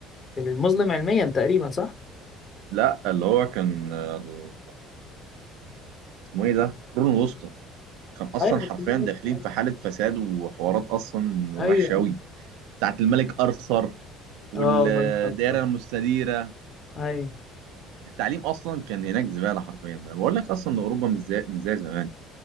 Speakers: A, on the left; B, on the right.
A: المظلم علميا تقريبا صح؟
B: لا اللي هو كان آه، اسمه إيه ده القرون الوسطى كان أصلا
A: ايوه كان
B: حرفيا
A: في ناس-
B: داخلين في حالة فساد وحوارات أصلا وحشة
A: ايوه ايوه
B: أوي
A: أيوة.
B: ساعة الملك أرثر والدائرة
A: اه الملك اكثر
B: المستديرة
A: أي
B: التعليم أصلا كان هناك زبالة حرفيا أنا بقول لك أصلا إن أوروبا مش زي مش زي زمان